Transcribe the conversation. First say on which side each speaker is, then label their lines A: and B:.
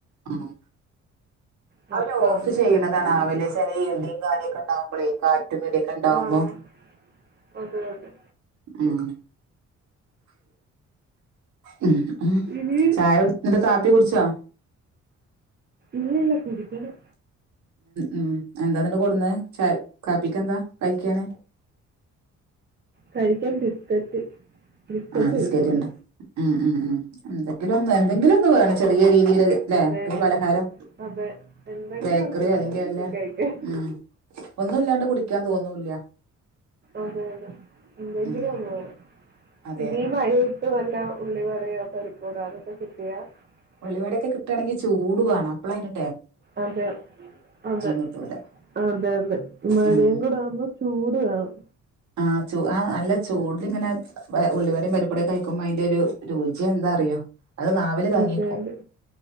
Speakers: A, on the right; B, on the right.
A: ആഹ്.
B: വർക്കാവുന്നില്ലായിരുന്നു
A: അവര് ഓഫ് ചെയ്യുന്നതാണ് ആവുലെ? ഇടിയും കാര്യൊക്കെ ഉണ്ടാവുമ്പോഴേ <unintelligible> ഉണ്ടാവുമ്പോ
B: ആഹ് അതെ അതെ
A: ഉം. ഉം. ഉം
B: ഇനി
A: ചായ കാപ്പി കുടിച്ചോ?
B: ഇല്ല ഇല്ല കുടിക്കണം.
A: ഉം എന്താണ് ഇന്ന് കൊണ്ടെന്നെ ച കാപ്പിക്ക് എന്താ കഴിക്കാന്?
B: കഴിക്കാൻ ബിസ്ക്കറ്റ് ബിസ്ക്കറ്റ്
A: ആഹ് ബിസ്കറ്റ്
B: ഇരിപ്പുണ്ട്
A: ഉണ്ട ഉം ഉം ഉം എന്തെില എന്തങ്കിലും ഒന്ന് വേണം ചെറിയൊരു ഇതിൽ ല്ലേ
B: അതെ അതെ
A: ഒരു
B: അതെ
A: പലഹാരം
B: അതെ എന്തെങ്കിലും
A: ബേക്കറി
B: ഒന്ന് വേണം
A: അല്ലെങ്കിൽ
B: വീട്ടിൽ
A: വല്ല
B: കഴിക്കാൻ
A: ഉം. ഒന്നുല്ലാണ്ട് കുടിക്കാൻ തോന്നൂല്ല.
B: അതെ അതെ എന്തെങ്കിലും
A: ഉം
B: ഒന്ന് വേണം.
A: അതെ
B: ഇതി മഴയത്ത് വല്ല ഉള്ളിവടയോ പരിപ്പുവടയോ അതൊക്കെ കിട്ടിയാ
A: ഉള്ളിവടയൊക്കെ
B: നല്ലത്
A: കിട്ട്ആണെങ്കി ചൂട് വേണം അപ്പളാ അയിൻ്റ
B: അതെ അതെ
A: കിട്ടൂല
B: അതെയതെ മഴയും
A: ഉം
B: കൂടാവുമ്പം ചൂട് വേണം
A: ആഹ് ചൂ ആ നല്ല ചൂടിലിങ്ങനെ വേ ഉള്ളിവടയും പരിപ്പുവടയൊക്ക കഴിക്കുമ്പ അയിൻ്റൊരു രുചി എന്താ അറിയോ അത് നാവില് തങ്ങീക്കും
B: അതെ അതെ